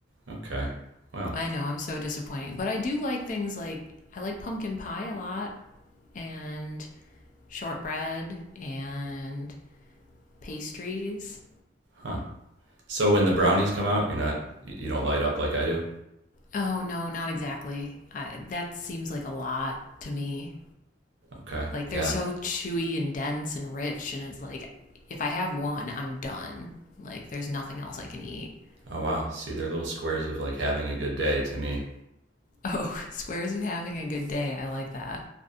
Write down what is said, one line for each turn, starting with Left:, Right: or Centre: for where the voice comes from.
Right: Okay. Well,
Left: I know, I'm so disappointing. But I do like things like I like pumpkin pie a lot and shortbread and pastries.
Right: huh. So when the brownies come out, you're not you don't light up like I do.
Left: Oh, no, not exactly. I, that seems like a lot to me.
Right: Okay.
Left: Like
Right: Yeah.
Left: they're so chewy and dense and rich, and it's like if I have one, I'm done. Like there's nothing else I can eat. <laughs>
Right: Oh wow. See, they're little squares of like having a good day to me.
Left: Oh, squares of having a good day. I like that.